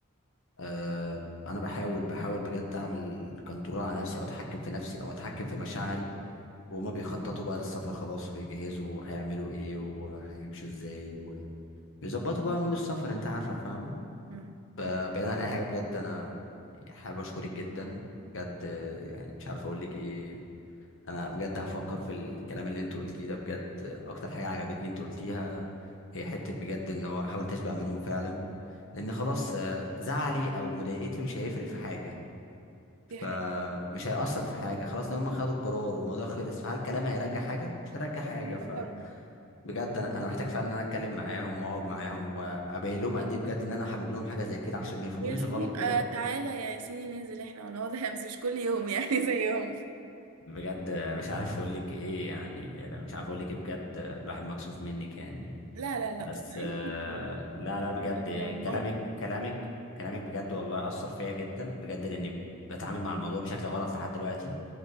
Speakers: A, on the left (about 60°); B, on the right (about 75°).
A: أه انا بحاول بحاول بجد اعمل كنترول على نفسي او اتحكم في نفسي او اتحكم في مشاعري وهما بيخططوا بقى للسفر خلاص وبيجهزوا هيعملوا ايه وهيمشوا ازاي بيظبطوا بقى امور السفر انت عارفه فاهمه
B: مم. مم.
A: آه، بعيد عن اي حاجه بجد انا حابب اشكرك جدا بجد آه، يعني مش عارف اقول لك ايه انا بجد هفكر في الكلام اللي انت قلتيه ده بجد آه، اكتر حاجه عجبتني انت قلتيها هي حته بجد ان هو حاول تشبع منهم فعلا لان خلاص آه، زعلي او مضايقتي مش هيفرق في حاجه فمش
B: دي حاجة
A: هيأثر في حاجه خلاص لو هم خدوا القرار والموضوع خلص فهل كلامي هيرجع حاجه مش هيرجع حاجه
B: لا
A: ف
B: طبعا
A: بجد انا انا محتاج فعلا ان انا اتكلم معاهم واقعد معاهم وابين لهم قد ايه بجد ان انا حابب لهم حاجه زي كده عشان ما يفهمونيش
B: يا سيدي
A: غلط
B: يبقى
A: بجد
B: تعالى يا سيدي ننزل احنا ونقعد <laughs> احنا بس مش كل يوم يعني <laughs> زيهم
A: بجد مش عارف اقول لك ايه يعني مش عارف اقول لك ايه بجد الواحد مكسوف منك يعني
B: لا لا لا
A: بس
B: طبعا ايه
A: آه،
B: اللي انت بتقوله
A: لا
B: ما
A: لا
B: في
A: بجد
B: حاجة والله
A: كلامك كلامك كلامك بجد والله اثر فيا جدا بجد لاني بتعامل مع الموضوع بشكل غلط لحد دلوقتي